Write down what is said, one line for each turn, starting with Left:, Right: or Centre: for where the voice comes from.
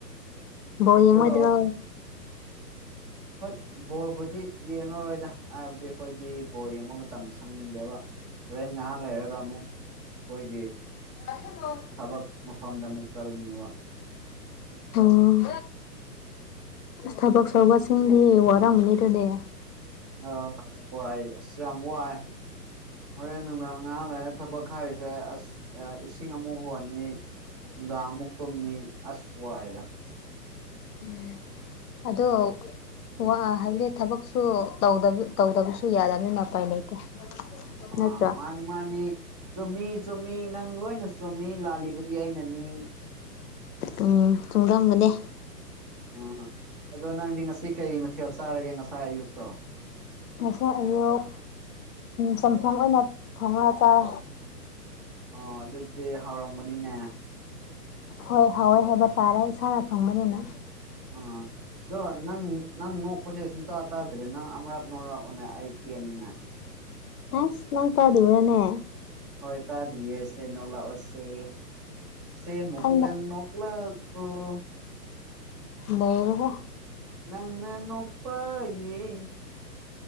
Left: ꯕꯣꯜ
Right: ꯑꯗꯣ
Left: ꯌꯦꯡꯉꯣꯏꯗ꯭ꯔꯣ
Right: ꯍꯣꯏ ꯕꯣꯜꯕꯨꯗꯤ ꯌꯦꯡꯉꯔꯣꯏꯗ ꯍꯥꯏꯕꯗꯤ ꯑꯩꯈꯣꯏꯗꯤ ꯕ‌ꯣꯜ ꯌꯦꯡꯕ ꯃꯇꯝ ꯁꯪꯗꯦꯕ ꯍꯣꯔꯦꯟ ꯉꯥꯏꯍꯥꯛ ꯂꯩꯔꯒ ꯑꯃꯨꯛ ꯑꯩꯈꯣꯏꯒꯤ
Left: <unintelligible>
Right: ꯊꯕꯛ ꯃꯐꯝꯗ ꯑꯃꯨꯛ ꯆꯠꯂꯨꯅ‌ꯦꯕ
Left: ꯍ‌ꯣ ꯑꯁ ꯊꯕꯛ ꯁꯣꯕꯥꯁꯤꯡꯗꯤ ꯋꯥꯔꯝꯅꯤ ꯗꯨꯗꯤ
Right: ꯑ ꯍ ꯋꯥꯏ ꯑꯁ ꯌꯥꯝ ꯋꯥꯏ ꯍꯣꯔꯦꯟ ꯅꯨꯡꯗꯥꯡ ꯉꯍꯥꯛ ꯂꯥꯏꯔ ꯊꯕꯛ ꯍꯥꯏꯔꯤꯁꯦ ꯑꯁ ꯑ ꯏꯁꯤꯡ ꯑꯃꯨꯛ ꯍꯣꯟꯅꯤ ꯅꯨꯡꯗꯥꯜ ꯑꯃꯨꯛ ꯇꯨꯝꯅꯤ ꯑꯁ ꯋꯥꯏꯗ
Left: ꯎꯝ ꯑꯗꯣ ꯋꯥ ꯍꯥꯏꯕꯗꯤ ꯊꯕꯛꯁꯨ ꯇꯧꯗꯕ ꯇꯧꯗꯕꯁꯨ ꯌꯥꯗꯕꯅꯤꯅ ꯎꯄꯥꯏ ꯂꯩꯇꯦ
Right: ꯑꯥ
Left: ꯅꯠꯇ꯭ꯔ
Right: ꯃꯥꯅꯤ ꯃꯥꯅꯤ ꯆꯨꯝꯃꯤ ꯆꯨꯝꯃꯤ ꯅꯪ ꯂꯣꯏꯅ ꯆꯨꯝꯃꯤ ꯂꯥꯜꯂꯤꯕꯗꯤ ꯑꯩꯅꯅꯤ
Left: ꯎꯝ ꯆꯨꯡꯒꯟꯕꯅꯦ
Right: ꯎꯝ ꯑꯗꯣ ꯅꯪꯗꯤ ꯉꯁꯤ ꯀꯩ ꯃꯊꯦꯜ ꯆꯥꯔꯒꯦ ꯉꯁꯥꯏ ꯑꯌꯨꯛꯇꯣ
Left: ꯉꯁꯥꯏ ꯑꯌꯨꯛ ꯆꯨꯝꯊꯣꯡ ꯑꯣꯏꯅ ꯊꯣꯡꯉꯒ ꯆꯥꯏ
Right: ꯑꯣ ꯑꯗꯨꯗꯤ ꯍꯥꯎꯔꯝꯒꯅꯤꯅꯦ
Left: ꯍꯣꯏ ꯍꯥꯎꯋꯦ ꯍꯥꯏꯕ ꯇꯥꯔꯦ ꯏꯁꯥꯅ ꯊꯣꯡꯕꯅꯤꯅ
Right: ꯑꯥ ꯗꯣ ꯅꯪ ꯅꯪ ꯅꯣꯛꯄꯁꯦ ꯁꯨꯡꯇꯥ ꯇꯥꯗ꯭ꯔꯦ ꯅꯪ ꯑꯃꯔꯛ ꯅꯣꯛꯔꯛꯑꯣꯅꯦ ꯑꯩ ꯄꯦꯟꯅꯤꯉꯥꯏ
Left: ꯍꯥꯏꯁ ꯅꯪ ꯇꯥꯗꯤꯕꯔꯥꯅꯦ
Right: ꯍꯣꯏ ꯇꯥꯗ꯭ꯔꯤꯌꯦ ꯁꯦ ꯅꯣꯡꯂꯥꯛꯑꯣꯁꯦ ꯁꯦ ꯃꯨꯛꯇꯪ
Left: ꯑꯩꯅ
Right: ꯅꯣꯛꯂꯛ ꯑꯣ
Left: ꯅꯩꯔꯦꯍꯦ
Right: ꯅꯪꯅ ꯅꯣꯛꯄ ꯌꯦꯡ